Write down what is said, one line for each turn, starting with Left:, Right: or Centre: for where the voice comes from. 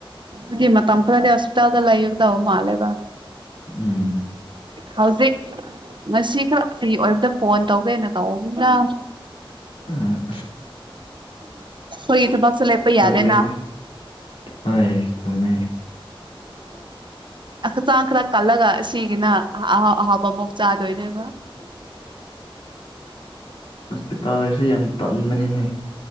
Right: ꯑꯗꯨꯃ ꯇ ꯐꯔꯗ ꯍꯣꯁꯄꯤꯇꯥꯜꯗ ꯂꯩꯥꯏ ꯌꯒꯗ ꯃꯥꯂꯦꯕ
Left: ꯎꯝ
Right: ꯍꯧꯖꯤꯛ ꯉꯁꯤ ꯈꯔ ꯐ꯭ꯔꯤ ꯑꯣꯏꯕꯗ ꯐꯣꯟ ꯇꯧꯒꯦꯅ ꯇꯧꯅꯤꯅ
Left: ꯑ
Right: ꯍꯣꯏ ꯊꯕꯛꯁꯨ ꯂꯦꯞꯄꯩ ꯌꯥꯗꯦꯅ
Left: ꯂꯩ ꯍꯣꯏ ꯆꯨꯝꯃꯦ
Right: ꯑ ꯆꯈꯔ ꯀꯂ ꯁꯤꯒꯤꯅ ꯑꯍꯥꯎ ꯑꯍꯥꯎꯕ ꯑꯃꯨꯥꯎ ꯆꯥꯗꯣꯏꯅꯦꯕ
Left: ꯍꯣꯁꯄꯤꯇꯥꯜ ꯍꯥꯏꯁꯦ ꯌꯥꯝ ꯇꯟꯕꯅꯤꯅꯦ